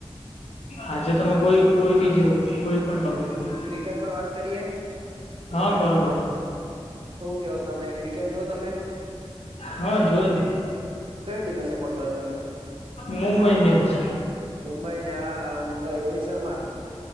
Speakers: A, on the left; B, on the right.
A: આજે તમે કોઈ કોઈ ભી. જેવું કોઈ પણ ટોપિક
B: ક્રિ
A: પર
B: ક્રિકેટ પર વાત કરીએ
A: હા કરો કરો.
B: શું કેવો તમે ક્રિકેટ જોઓ તમે?
A: હા જોયો જ ને
B: કઈ ટીમને સપોર્ટ કરો તમે?
A: મુંબઈ ઇન્ડિયન્સ
B: મુંબઈને આ મુંબઈ, રોહિત શર્મા.